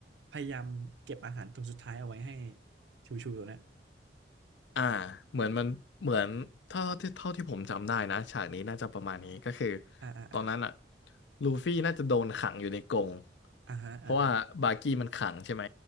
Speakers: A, on the right; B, on the left.
A: พยายามเก็บอาหารตัวสุดท้ายเอาไว้ให้ชูชูตัวเนี้ย
B: อ่าเหมือนมันเหมือนเท่าที่เท่าที่ผมจำได้นะฉากนี้น่าจะประมาณนี้ก็คือ
A: อ่าอ่าอ่า
B: ตอนนั้นอะลูฟี่น่าจะโดนขังอยู่ในกรง
A: อ่าฮะอ่าฮะ
B: เพราะว่าบากี้มันขังใช่ไหม